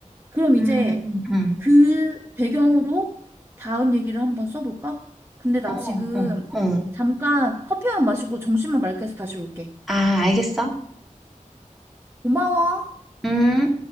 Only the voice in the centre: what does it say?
음.
음.
어.
어. 어.
아 알겠어.
음.